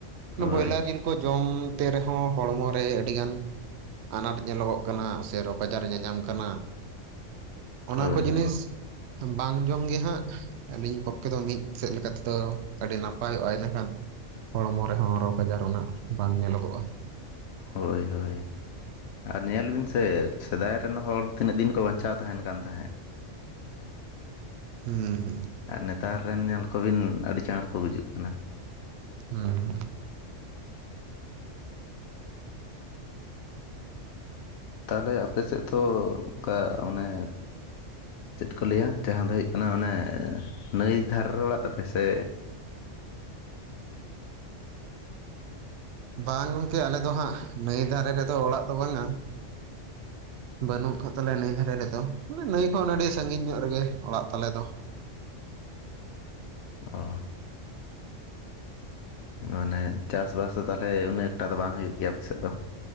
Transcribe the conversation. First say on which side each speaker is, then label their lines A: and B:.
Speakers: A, on the left; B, on the right.
A: ᱦᱳᱭ
B: ᱵᱚᱭᱞᱟᱨ ᱡᱤᱞ ᱠᱚ ᱡᱚᱢ ᱛᱮ ᱨᱮᱦᱚᱸ ᱦᱚᱲᱢᱚ ᱨᱮ ᱟᱹᱰᱤᱜᱟᱱ ᱟᱱᱟᱴ ᱧᱮᱞᱚᱜᱚᱜ ᱠᱟᱱᱟ ᱥᱮ ᱨᱳᱜᱽ ᱟᱡᱟᱨ ᱧᱟᱧᱟᱢ ᱠᱟᱱᱟ ᱾ ᱚᱱᱟ
A: ᱦᱳᱭ
B: ᱠᱚ ᱡᱤᱱᱤᱥ ᱵᱟᱝ ᱡᱚᱢ ᱜᱮ ᱦᱟᱸᱜ ᱟᱹᱞᱤᱧ ᱯᱚᱠᱠᱷᱮ ᱫᱚ ᱢᱤᱫ ᱥᱮᱫ ᱞᱮᱠᱟ ᱛᱮᱫᱚ ᱟᱹᱰᱤ ᱱᱟᱯᱟᱭᱚᱜᱼᱟ ᱤᱱᱟᱹᱠᱷᱟᱱ ᱦᱚᱲᱢᱚ ᱨᱮᱦᱚᱸ ᱨᱳᱜᱽ ᱟᱡᱟᱨ ᱩᱱᱟᱹᱜ ᱵᱟᱝ ᱧᱮᱞᱚᱜᱚᱜᱼᱟ᱾
A: ᱦᱳᱭ ᱦᱳᱭ᱾ ᱟᱨ ᱧᱮᱞ ᱵᱤᱱ ᱥᱮ ᱥᱮᱫᱟᱭ ᱨᱮᱱ ᱦᱚᱲ ᱛᱤᱱᱟᱹᱜ ᱫᱤᱱ ᱠᱚ ᱵᱟᱧᱪᱟᱣ ᱛᱟᱦᱮᱱ ᱠᱟᱱ ᱛᱟᱦᱮᱸᱫ᱾
B: ᱦᱩᱸ ᱦᱩᱸ
A: ᱟᱨ ᱱᱮᱛᱟᱨ ᱨᱮᱱ ᱧᱮᱞ ᱠᱚᱵᱤᱱ ᱟᱹᱰᱤ ᱪᱟᱬ ᱠᱚ ᱜᱩᱡᱩᱜ ᱠᱟᱱᱟ᱾
B: ᱦᱩᱸ
A: ᱛᱟᱦᱞᱮ ᱟᱯᱮ ᱥᱮᱫ ᱫᱚ ᱚᱱᱠᱟ ᱚᱱᱮ ᱪᱮᱫ ᱠᱚ ᱞᱟᱹᱭᱟ ᱡᱟᱦᱟᱸ ᱫᱚ ᱦᱩᱭᱩᱜ ᱠᱟᱱᱟ ᱚᱱᱮ ᱱᱟᱹᱭ ᱫᱷᱟᱨᱮ ᱨᱮ ᱚᱲᱟᱜ ᱛᱟᱯᱮ ᱥᱮ?
B: ᱵᱟᱝ ᱜᱚᱝᱠᱮ ᱟᱞᱮ ᱫᱚ ᱦᱟᱸᱜ ᱱᱟᱹᱭ ᱫᱷᱟᱨᱮ ᱨᱮᱫᱚ ᱚᱲᱟᱜ ᱫᱚ ᱵᱟᱝᱼᱟ᱾ ᱵᱟᱹᱱᱩᱜ ᱠᱟᱜ ᱛᱟᱞᱮᱭᱟ ᱱᱟᱹᱭ ᱫᱷᱟᱨᱮ ᱨᱮᱫᱚ ᱱᱟᱹᱭ ᱠᱷᱚᱱ ᱟᱹᱰᱤ ᱥᱟᱺᱜᱤᱧ ᱧᱚᱜ ᱨᱮᱜᱮ ᱚᱲᱟᱜ ᱛᱟᱞᱮ ᱫᱚ ᱾
A: ᱚ ᱢᱟᱱᱮ ᱪᱟᱥᱵᱟᱥ ᱫᱚ ᱛᱟᱦᱚᱞᱮ ᱩᱱᱟᱹᱜ ᱴᱟ ᱫᱚ ᱵᱟᱝ ᱦᱩᱭᱩᱜ ᱜᱮᱭᱟ ᱟᱯᱮ ᱥᱮᱫ ᱫᱚ ᱾